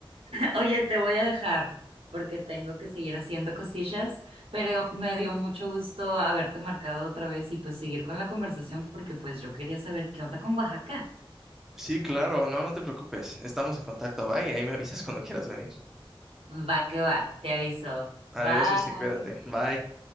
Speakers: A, on the right; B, in the centre.
A: Oye, te voy a dejar porque tengo que seguir haciendo cosillas, pero me dio mucho gusto haberte marcado otra vez y pues seguir con la conversación porque pues yo quería saber qué onda con Oaxaca.
B: Sí, claro, no, no te preocupes. Estamos en contacto, bye. Ahí me avisas cuando quieras venir.
A: Va que va, te aviso.
B: Adiós,
A: Bye.
B: Susi, cuídate. Bye.